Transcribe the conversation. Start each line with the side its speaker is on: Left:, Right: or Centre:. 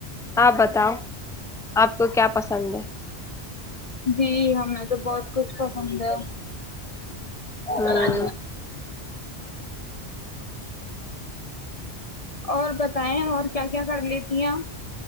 Centre: آپ بتاؤ آپ کو کیا پسند ہے
Left: جی ہمیں تو بہت کچھ پسند ہے اور
Centre: ہوں
Left: اور بتائ اور کیا کر لیتی آ